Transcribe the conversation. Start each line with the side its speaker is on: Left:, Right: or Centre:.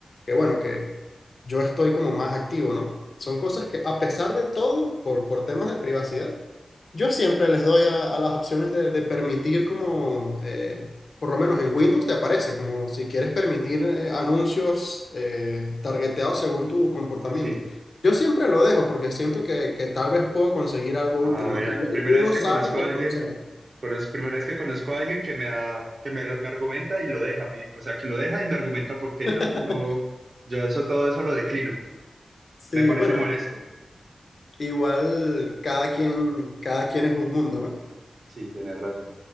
Left: que bueno, que yo estoy como más activo, ¿no? Son cosas que a pesar de todo, por, por temas de privacidad, yo siempre les doy a, a las opciones de, de permitir como, eh, por lo menos en Windows te aparece, como si quieres permitir eh, anuncios eh, targeteados según tu comportamiento.
Right: Así.
Left: Yo siempre lo dejo porque siento que, que tal vez puedo conseguir algo
Right: Ah,
Left: útil, ¿no?
Right: mira,
Left: Igual
Right: primera
Left: uno
Right: vez que
Left: sabe
Right: conozco
Left: reconocer.
Right: a alguien, conoz- primera vez que conozco a alguien que me, ha- que me, lo- me argumenta y lo deja, y- o sea, que lo deja y me argumenta porque
Left: <laughs>
Right: yo sí no, yo eso todo eso lo declino.
Left: Sí,
Right: Me parece
Left: bueno,
Right: molesto.
Left: igual cada quien, cada quien es un mundo, ¿no?
Right: Sí, tenés razón.